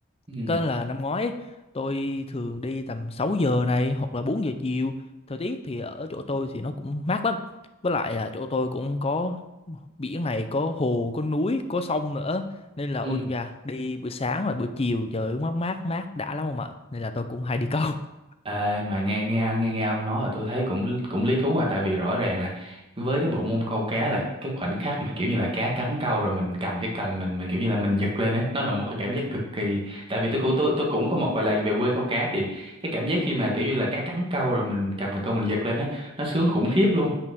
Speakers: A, on the right; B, on the left.
A: ừ
B: có nên là năm ngoái ấy, tôi thường đi tầm 6 giờ này hoặc là bốn giờ chiều thời tiết thì ở chỗ tôi thì nó cũng mát lắm với lại là chỗ tôi cũng có biển này có hồ có núi có sông nữa nên là
A: ừ
B: ôi chú cha đi buổi sáng và buổi chiều trời ơi, mát mát mát đã lắm không ạ nên là tôi cũng hay đi câu <laughs>
A: Ê, mà nghe nghe nghe nghe ông nói là tôi thấy cũng cũng lý thú mà tại vì rõ ràng là với cái bộ môn câu cá là cái khoảnh khắc mà kiểu như là cá cắn câu rồi mình cầm cái cần mình mà kiểu như là mình giật lên ấy nó là một cái cảm giác cực kỳ tại vì tôi cũng tôi tôi cũng có một vài lần về quê câu cá thì cái cảm giác khi mà kiểu như là cá cắn câu rồi mình cầm cần câu mình giật lên ấy nó sướng khủng khiếp luôn